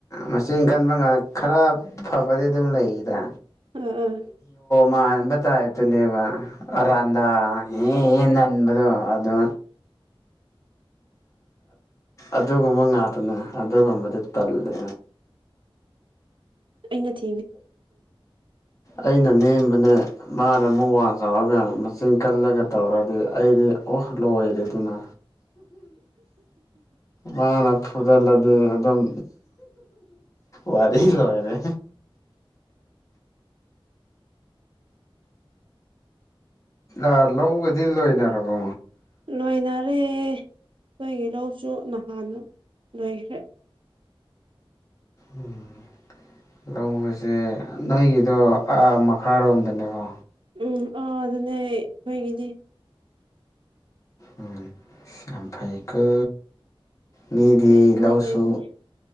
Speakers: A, on the left; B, on the right.
A: ꯃꯆꯤꯟ ꯀꯟꯕ ꯉꯥꯛ ꯈꯔ ꯐꯕꯗꯤ ꯑꯗꯨꯝ ꯂꯩꯗ
B: ꯑꯥ ꯑꯥ
A: ꯃ <inaudible> ꯟꯕ ꯑꯗꯨꯨꯅꯦꯕ ꯑꯔꯥꯟꯗꯥ <inaudible> ꯅꯟꯕꯗꯣ ꯑꯗꯨ ꯑꯗꯨꯒꯨꯝꯕ ꯉꯥꯛꯇꯅꯦ ꯑꯗꯨꯒꯨꯝꯕꯗꯤ ꯇꯜꯂꯦ꯫
B: ꯏꯩꯅ <inaudible>
A: ꯑꯩꯅ ꯅꯦꯝꯕꯅꯦ ꯃꯥꯅ ꯑꯃꯨꯛ ꯋꯥ ꯆꯥꯎꯔꯒ ꯃꯆꯤꯟ ꯀꯜꯂꯒ ꯇꯧꯔꯗꯤ ꯑꯩꯗꯤ ꯑꯣ ꯂꯣꯏꯔꯦꯗꯅ ꯃꯥꯅ ꯐꯨꯗꯤꯠꯂꯗꯤ ꯑꯗꯨꯝ ꯋꯥꯔꯤ ꯂꯣꯏꯔꯦ꯫ ꯑ ꯂꯧꯒꯗꯤ ꯂꯣꯏꯅꯔꯕꯣ꯫
B: ꯂꯣꯏꯅꯔꯦ ꯈꯣꯏꯒꯤ ꯂꯧꯁꯨ ꯅꯍꯥꯟ ꯂꯣꯏꯈ꯭ꯔꯦ
A: ꯎꯝ ꯂꯧꯖꯦ ꯅꯣꯏꯒꯤꯗꯣꯥ ꯑꯥ ꯃꯈꯥꯔꯣꯝꯗꯅꯦꯀꯣ
B: ꯎꯝ ꯑꯥ ꯑꯗꯨꯅꯦ ꯑꯩꯣꯏꯒꯤꯗꯤ
A: ꯎꯝ ꯌꯥꯝꯝꯐꯩꯒ ꯃꯤꯗꯤ
B: ꯐꯩꯕꯅꯤ
A: ꯂꯧꯁꯨ
B: ꯐꯩꯕꯅꯤ